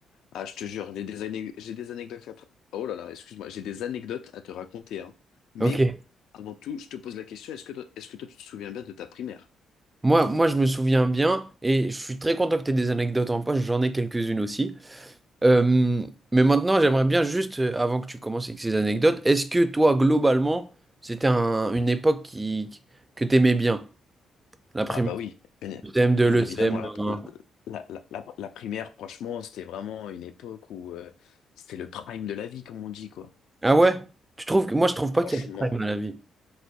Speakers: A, on the left (about 80°); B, on the right (about 15°).
A: Ah, je te jure, j'ai des ané- j'ai des anecdotes à... te- Oh là là, excuse-moi, j'ai des anecdotes à te raconter, hein. Mais
B: Ok.
A: avant tout, je te pose la question, est-ce que toi- est-ce que toi, tu te souviens bien de ta primaire?
B: Moi, moi, je me souviens bien et je suis très content que tu aies des anecdotes en poche. J'en ai quelques-unes aussi. Euh, mais maintenant, j'aimerais bien juste, euh, avant que tu commences avec ces anecdotes, est-ce que toi, globalement, c'était un- une époque qui, que tu aimais bien? La primaire,
A: Ah bah oui, bien,
B: le CM2,
A: bien
B: le
A: évidemment,
B: CM1.
A: la, la, la, la- la primaire, franchement, c'était vraiment une époque où euh, c'était le prime de la vie, comme on dit, quoi.
B: Ah ouais? Tu trouves que, moi, je trouve pas
A: Franchement.
B: qu'il y a de prime à la vie.